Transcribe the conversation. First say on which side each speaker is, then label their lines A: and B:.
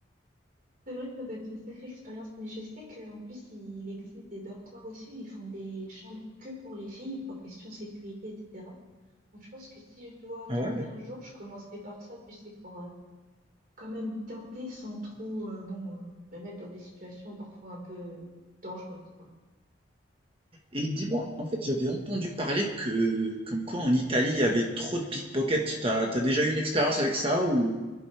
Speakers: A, on the right (about 45°); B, on the right (about 30°).
A: C'est vrai que ça doit être une sacrée expérience, mais je sais qu'en plus, il existe des dortoirs aussi, où ils font des chambres que pour les filles, pour question sécurité, etc. Donc je pense que si je dois
B: Ah
A: tenter
B: ouais?
A: un jour, je commencerai par ça, tu sais, pour euh, quand même tenter sans trop, euh, bon, euh, me mettre dans des situations parfois un peu dangereuses, quoi.
B: Et dis-moi, en fait, j'avais entendu parler que, comme quoi en Italie, il y avait trop de pickpockets. T'as, t'as déjà eu une expérience avec ça ou